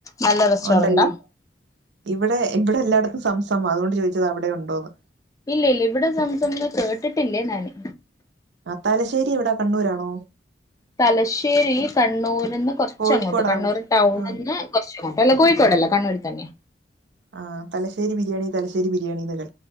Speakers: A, on the left; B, on the right.
A: നല്ല റെസ്റ്റോറന്റാ
B: ഉണ്ടല്ലേ ഇവിടെ ഇവിടെ എല്ലായിടത് സംസമ് അതുകൊണ്ട് ചോദിച്ചത വടെ ഉണ്ടോ എന്ന്
A: ഇല്ല്യഇല്ല ഇവടെ സംസംന്നെ കേട്ടിട്ടില്ലേ ഞാന്
B: താലശ്ശേരി എവിടാ കണ്ണൂരാണോ
A: തലശ്ശേരി കണ്ണൂർന്ന് കൊറ്ച്ചങ്ങോട്ട്
B: കോഴിക്കോടാണ്
A: കണ്ണൂർ ടൗണ്ന്ന്
B: ആഹ്
A: കൊറച്ചങ്ങോട്ട് അല്ലയി കൊയ്‌ ക്കോടല്ല കണ്ണൂരിൽ തന്നെ
B: ആഹ് തലശ്ശേരി ബിരിയാണി തലശ്ശേരി ബിരിയാണിന്ന് കേ